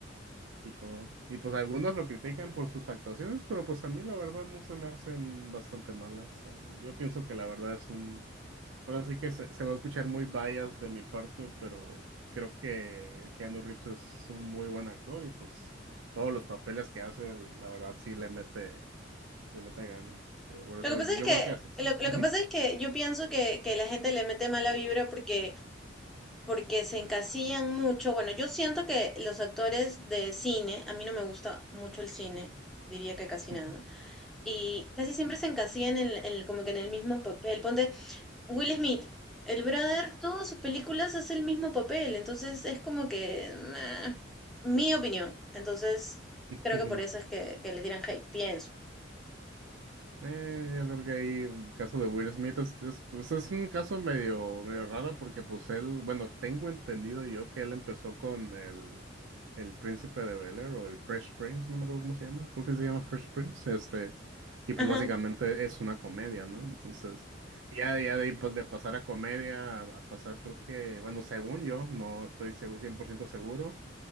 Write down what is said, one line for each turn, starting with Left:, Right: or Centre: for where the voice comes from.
Right: y todo. Y pues algunos lo critican por sus actuaciones, pero pues a mí la verdad no se me hacen bastante malas. O sea, Yo, yo pienso que la verdad es un... Ahora sí que se, se va a escuchar muy bias de mi parte, pero creo que Keanu Reeves es un muy buen actor y pues todos los papeles que hace, la verdad sí le mete, le mete ganas. Digo, Por eso
Centre: Lo que pasa
Right: yo
Centre: es que,
Right: creo que hace.
Centre: lo, lo
Right: Ujú,
Centre: que pasa es que yo pienso que, que la gente le mete mala vibra porque, porque se encasillan mucho. Bueno, yo siento que los actores de cine, a mí no me gusta mucho el cine, diría que casi
Right: ujú,
Centre: nada, y casi siempre se encasillan en, en- como que en el mismo papel. Ponte Will Smith, el brother, todas sus películas hace el mismo papel, entonces es como que, meh, mi opinión. Entonces,
Right: ujú,
Centre: creo
Right: ujú.
Centre: que por eso es que, que le tiran hate, pienso.
Right: Eh, yo creo que ahí el caso de Will Smith es, es, pues es un caso medio, medio raro porque pues él, bueno, tengo entendido yo que él empezó con el, el Príncipe de Bel-Air o el Fresh Prince, no me acuerdo cómo se llama, creo que se llama Fresh Prince, este, y pues
Centre: Ajá,
Right: básicamente es una comedia, ¿no? Entonces, ya, ya de ahí pues de pasar a comedia a, a pasar creo que, bueno, según yo, no estoy segu- 100% seguro,